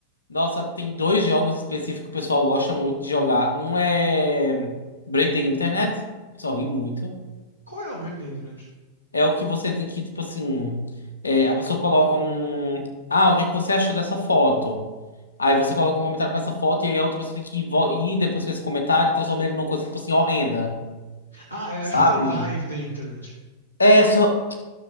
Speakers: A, on the left (about 80°); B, on the right (about 85°).
A: Nossa, tem dois jogos específicos que o pessoal gosta muito de jogar. Um é Break the Internet, o pessoal ri muito.
B: Qual é o break da internet?
A: É o que você tem que, tipo assim, é, a pessoa coloca um. Ah, o que é que você achou dessa foto? Aí você coloca um comentário pra essa foto e aí a outra pessoa tem que vo- ir depois com esse comentário e transformar ele numa coisa, tipo assim, horrenda,
B: Ah, eu
A: sabe?
B: acho que é Survive da Internet.
A: É, só.